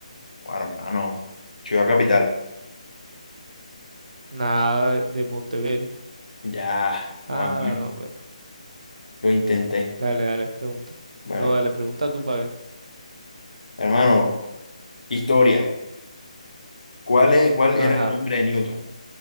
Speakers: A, on the left; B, on the right.
A: Bueno, hermano, Ciudad Capital.
B: Nada de, de Montevelo.
A: Ya, bueno,
B: Ah, no, hombre.
A: lo intenté.
B: Dale, dale, pregunta.
A: Bueno,
B: No, dale, pregunta tú para ver.
A: hermano, historia. ¿Cuál es, cuál
B: Ajá.
A: era el nombre de Newton?